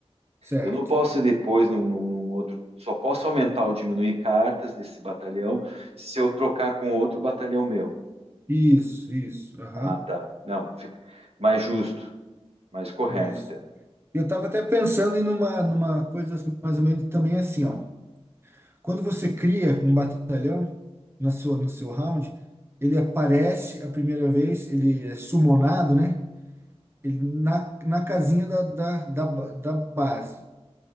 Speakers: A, on the right (about 20°); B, on the right (about 65°).
A: certo.
B: Eu não posso depois, num, num- num outro, só posso aumentar ou diminuir cartas desse batalhão se eu trocar com outro batalhão meu.
A: Isso, isso. Aham,
B: Ah, tá. Não, fica mais justo, mais correto,
A: isso.
B: até.
A: Eu estava até pensando em uma, numa coisa mais ou menos também assim, ó. Quando você cria um batalhão na sua, no seu round, ele aparece a primeira vez, ele é summonado, né? Ele na, na casinha da, da, da, ba- da base.